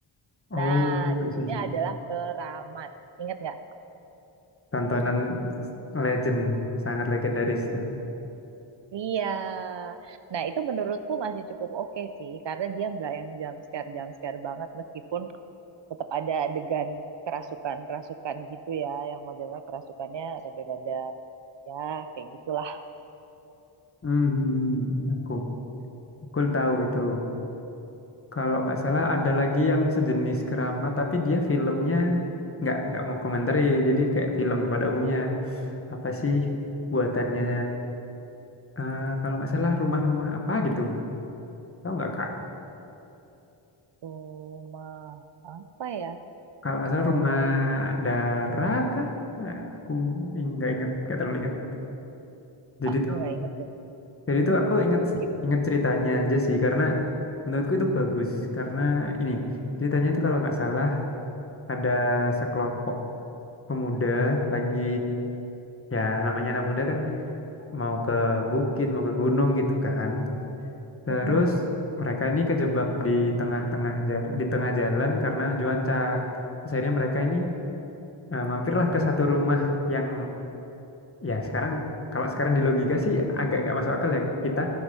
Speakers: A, on the left; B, on the right.
A: Oh,
B: Nah, judulnya
A: I see, I see.
B: adalah Keramat. Ingat nggak?
A: Tontonan legend, sangat legendaris itu.
B: Iya. Nah, itu menurutku masih cukup oke sih karena dia nggak yang jump scare jump scare banget meskipun tetap ada adegan kerasukan-kerasukan gitu ya yang modelnya kerasukannya rada-rada ya kayak gitulah.
A: Mhm. Aku, aku tahu itu. Kalau nggak salah
B: Mm-mm.
A: ada lagi yang sejenis Kerama, tapi dia filmnya nggak nggak mau komentari, jadi kayak film pada umumnya. Apa sih buatannya? eh, kalau nggak salah rumah-rumah apa gitu. Tahu nggak Kak?
B: Cuma apa ya?
A: Kalau nggak salah
B: Eh,
A: rumah Dara kah? Nah, aku ing- nggak inget, nggak terlalu inget. Jadi
B: aku
A: tuh,
B: nggak inget deh.
A: jadi
B: Hmm?
A: tuh aku inget
B: Gi-
A: inget ceritanya aja sih karena menurutku itu bagus karena ini ceritanya itu kalau nggak salah ada sekelompok pemuda lagi ya namanya anak muda kan mau ke bukit, mau ke gunung gitu kan. Terus
B: Mm-mm.
A: mereka ini kejebak di tengah-tengah jalan, di tengah jalan karena cuaca. Terus akhirnya mereka ini Eh, mampirlah ke satu rumah yang ya sekarang kalau sekarang di logika sih agak nggak masuk akal ya kita